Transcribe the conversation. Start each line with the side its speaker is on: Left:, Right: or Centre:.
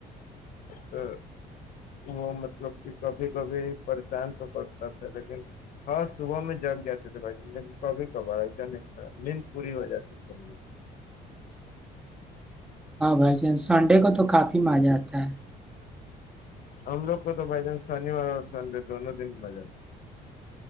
Left: تو وہ مطلب کہ کبھی کبھی پریشان تو کرتا تھا لیکن ہاں صبح میں جگ ج تھ بھائی لیکن کبھی کبار ایسا نہیں تھا نیند پوری ہو جاتی تھی
Centre: ہاں بھائی ج سنڈے کو تو کافی مزہ آتا ہے
Left: ہم لوگ کو تو بھائی جان شنیوار اور سنڈے دونوں دن بجا